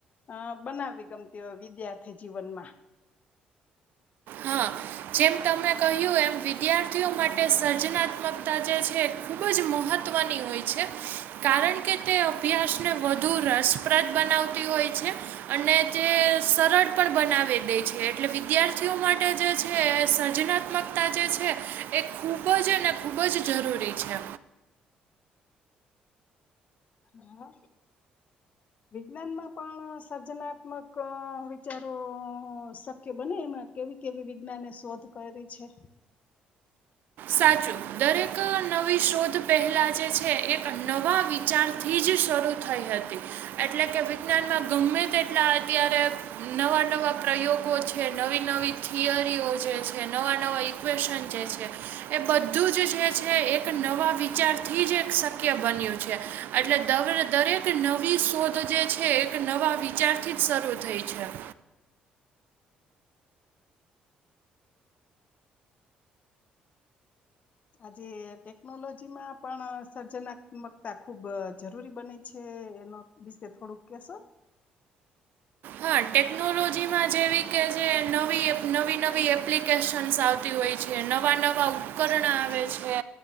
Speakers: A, on the left; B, on the right.
A: અ બનાવી ગમતી હોય વિદ્યાર્થી જીવનમાં.
B: હા જેમ તમે કહ્યું એમ વિદ્યાર્થીઓ માટે સર્જનાત્મકતા જે છે ખૂબ જ મહત્ ત્વની હોય છે કારણ કે તે અભ્યાસને વધુ રસપ્રદ બનાવતી હોય. છે અને તે સરળ પણ બનાવી દે છે એટલે વિદ્યાર્થીઓ માટે જે છે છે સર્જનાત્મકતા જે છે એ ખૂબ જ અને ખૂબ જ જરૂરી છે.
A: <inaudible> હા. વિજ્ઞાન માં પણ સર્જનાત્મક વિચારો શક્ય બને એમાં કેવી કેવી વિજ્ઞાને શોધ કર છે.
B: સાચું દરેક નવી શોધ પહેલાં જે છે એક નવા વિચારથી જ શરૂ થઈ હતી એટલે કે વિજ્ઞાન ગમે તેટલા અત્યારે નવા નવા પ્રયોગો છે નવી નવી થિયરીઓ જે છે નવા નવા ઈક્વેશન જે છે. એ બધું જ જે છે એક નવા વિચારથી જ એક શક્ય બન્યું છે એટલે દગ દરેક નવી શોધ જે છે એક નવા વિચારથી જ શરૂ થઈ છે
A: <inaudible> આજે ટેકનોલોજી માં પણ સર્જનાત્મકતા ખુબ જરૂરી બને છે એનો વિશે થોડુંક કેશો
B: હા ટેકનોલોજીમાં જેવી કે જે નવી નવી નવી એપ્લિકેશન્સ આવતી હોય નવા નવા ઉપકરણ આવે છે